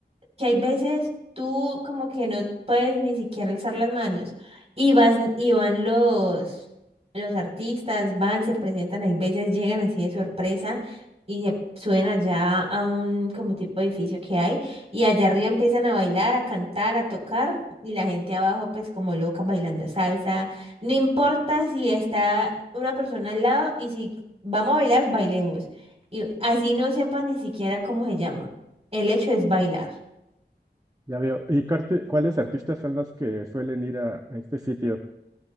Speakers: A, on the right; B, on the right.
A: que hay veces tú como que no puedes ni siquiera alzar las manos y vas y van los los artistas, van, se presentan, hay veces llegan así de sorpresa y se suben allá a un como tipo de edificio que hay y allá arriba empiezan a bailar, a cantar, a tocar y la gente abajo pues como loca bailando salsa. No importa si está una persona al lado y si vamos a bailar, bailemos. Y así no sepa ni siquiera cómo se llama. El hecho es bailar.
B: Ya veo. ¿Y cuál- cuáles artistas son los que suelen ir a este sitio?